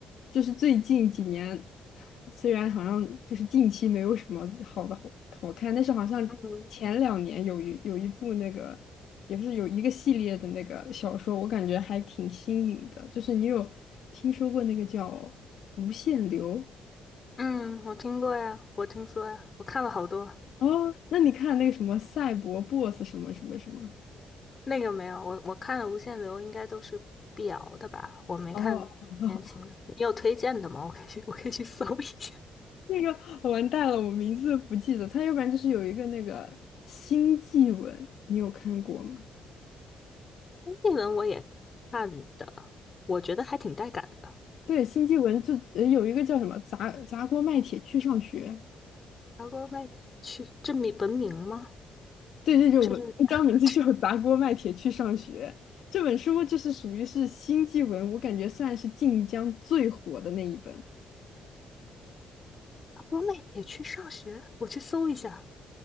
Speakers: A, on the left (about 70°); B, on the left (about 35°).
A: 就是最近几年，虽然好像就是近期没有什么好的好好看，但是好像前两年有一有一部那个，
B: 嗯
A: 也不是有一个系列的那个小说，我感觉还挺新颖的。就是你有听说过那个叫《无限流》
B: 嗯，我听过呀，我听说呀，我看了好多。
A: 哦？那你看那个什么赛博 BOSS 什么什么什么？
B: 那个没有，我我看了《无限流》，应该都是碧瑶的吧？我没看言情的，
A: 哦，<laughs>
B: 你有推荐的吗？我可以去，我可以去搜一下。
A: 那个完蛋了，我名字不记得。他要不然就是有一个那个新纪文，你有看过吗？
B: <laughs> 那文我也看的，我觉得还挺带感的。
A: 对，新纪文就呃有一个叫什么砸砸锅卖铁去上学。
B: 爬锅卖铁去，这名文明吗？
A: 对对对，我一张名字就砸锅卖铁去上学。
B: 这是 <laughs>
A: 这本书就是属于是新纪文，我感觉算是晋江最火的那一本。
B: 爬锅卖铁去上学，我去搜一下，